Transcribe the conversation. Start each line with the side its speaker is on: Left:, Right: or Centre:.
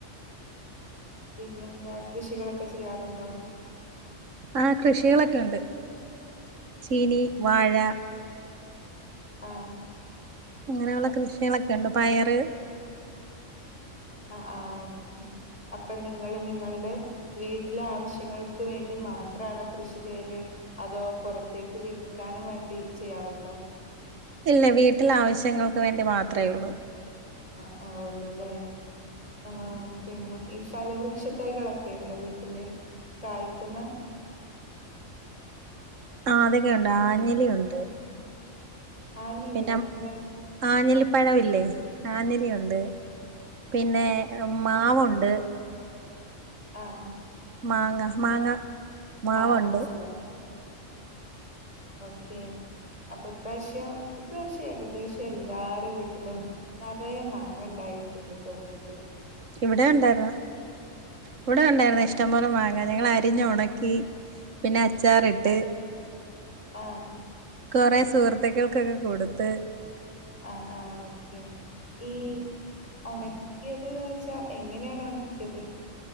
Left: പിന്നെന്താ കൃഷികളൊക്കെ ചെയ്യാറുണ്ടോ
Right: ആ കൃഷികളൊക്കെ ഉണ്ട് ചീനി വാഴ
Left: ആ
Right: അങ്ങനെയുള്ള കൃഷികളക്കെ <unintelligible> പയറ്
Left: ആ ആ ഓ അപ്പൊ നിങ്ങൾ നിങ്ങൾടെ വീട്ടിലെ ആവശ്യങ്ങൾക്ക് വേണ്ടി മാത്രണോ കൃഷി ചെയ്യല് അതോ പുറത്തേക്ക് വിൽക്കാനും വേണ്ടി ചെയ്യാറുണ്ടോ
Right: ഇല്ല വീട്ടിൽ ആവശ്യം ഞങ്ങൾക്ക് വേണ്ടി മാത്രേള്ളൂ
Left: അ ആ ഒളില്ലേ ആ പിന്നെ ഈ ഫലവൃക്ഷ തൈകളൊക്കെയുണ്ടോ വീട്ടില് കായ്ക്കുന്ന
Right: ആ അതൊക്കെ ഉണ്ട് ആഞ്ഞലിയുണ്ട്
Left: ആനിയില്ലേ
Right: പിന്നെ
Left: അതെന്താണ്
Right: ആഞ്ഞിലിപ്പഴമില്ലേ ആഞ്ഞിലി ഒണ്ട് പിന്നെ മാവുണ്ട്
Left: ആ ആ
Right: മാങ്ങ മാങ്ങ മാവുണ്ട്
Left: ആ ആ മനസ്സിലായി ഓക്കെ അപ്പൊ ഇപ്രാവശ്യം ഇപ്രാവശ്യം ഏകദേശം എല്ലാരും വീട്ടിലും നെറയെ മാങ്ങ ഉണ്ടായിട്ടുണ്ട് തോന്നുണ്ട്
Right: ഇവിടെ ഉണ്ടായിരുന്ന ഇവിടെ ഉണ്ടായിരുന്ന
Left: ആഹ്
Right: ഇഷ്ടം പോലെ മാങ്ങ ഞങ്ങൾ ആരിഞ്ഞ് ഉണക്കി പിന്നെ അച്ചാറിട്ട്
Left: ആ
Right: കൊറേ സുഹൃത്തുക്കൾക്കൊക്കെ കൊടുത്ത്
Left: ആ ആ ഓക്കെ ഈ ഒണക്കിയത് വച്ചാ എങ്ങനെയാണ് ഒണക്കിയത്